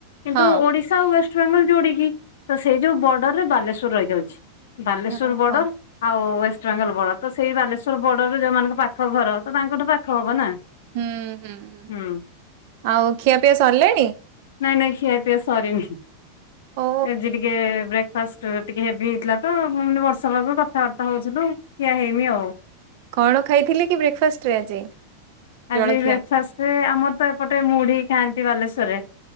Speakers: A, on the left; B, on the right.
A: କିନ୍ତୁ
B: ହଁ
A: ଓଡିଶା ଆଉ ୱେଷ୍ଟବେଙ୍ଗଲ ଯୋଡିକି ତ ସେଇ ଯୋଉ ବର୍ଡରରେ ବାଲେଶ୍ୱର ରହିଯାଉଛି। ବାଲେଶ୍ୱର
B: ହଁ
A: ବର୍ଡର
B: ହଁ
A: ଆଉ ୱେଷ୍ଟବେଙ୍ଗଲ ବଡ ତ ସେଇ ବାଲେଶ୍ଵର ବର୍ଡରରେ ଯୋଉମାନଙ୍କ ପାଖ ଘର, ତ ତାଙ୍କଠୁ ପାଖ ହବ ନା?
B: ହୁଁ ହୁଁ ହ
A: ହୁଁ
B: ଆଉ ଖିଆପିଆ ସରିଲେଣି?
A: ନାଇଁ ନାଇଁ ଖିଆ ପିଆ ସରିନି।
B: ଓ
A: ଆଜି ଟିକେ ଫାଷ୍ଟ ଟିକେ ହେଭି ହେଇଥିଲା ତ ମୁଁ କହିନି ଵର୍ଷା ପାଗକୁ କଥାବାର୍ତ୍ତା ହଉଥିଲୁ କ୍ଷୀଆ ହେଇନି ଆଉ।
B: କଣ ଖାଇଥିଲେ କି ବ୍ରେକ ଫାଷ୍ଟ ରେ ଆଜି?
A: ଆଜି
B: ଜଳଖିଆ
A: ବ୍ରେକଫାଷ୍ଟରେ ଆମର ତ ଏପଟେ ମୁଢି ଖାଆନ୍ତି ବାଲେଶ୍ୱରରେ।